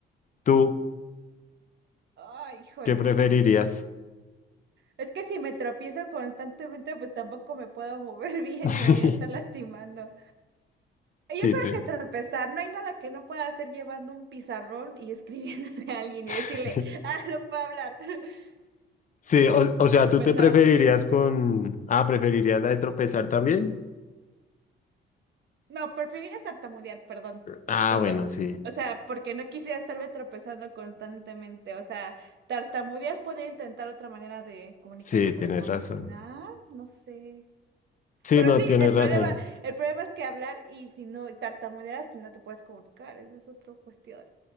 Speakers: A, on the left; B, on the right.
A: ¿Tú
B: Ay, híjoles.
A: qué preferirías?
B: Es que si me tropiezo constantemente, pues tampoco me puedo mover <laughs> bien
A: <laughs> Sí,
B: y me voy a estar lastimando.
A: sí,
B: Yo creo
A: tú.
B: que tropezar, no hay nada que no pueda hacer llevando un pizarrón y <laughs> escribiéndole a alguien
A: <laughs>
B: y decirle, ah, no puedo hablar. <laughs>
A: Sí, o, o sea,
B: Tropezar.
A: ¿tú te preferirías con... Ah, ¿preferirías la de tropezar también?
B: No, preferiría tartamudear, perdón,
A: Ah,
B: perdón.
A: bueno, sí,
B: O sea, porque no quisiera estarme tropezando constantemente. O sea, tartamudear podría intentar otra manera de comunicarme,
A: sí,
B: pero
A: tienes
B: caminar,
A: razón.
B: no sé.
A: Sí,
B: Pero
A: no,
B: sí,
A: tienes
B: el
A: razón.
B: problema, el problema es que hablar y si no tartamudeas, pues no te puedes comunicar. Esa es otra cuestión.